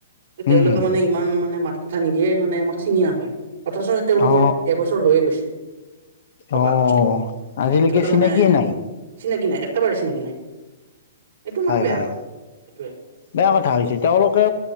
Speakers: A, on the left (about 45°); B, on the right (about 45°).
A: হুম
B: তেওঁলোকে
A: হুম
B: মানে ইমান মানে মাত কথা নিদিয়ে মানে আমাক চিনি নাপাই। অথচ তেওঁলোকৰ
A: অ
B: এবছৰ হৈয়ে গৈছে। থকা
A: অহ, আজিলেকে
B: এইটো এটা
A: চিনাকিয়ে
B: মানে
A: নাই।
B: চিনাকি নাই একেবাৰে চিনাকি নাই। এইটো মানে
A: হয়-হয়
B: বেয়া কাৰণ সেইটোৱে
A: বেয়া কথা হৈছে, তেওঁলোকে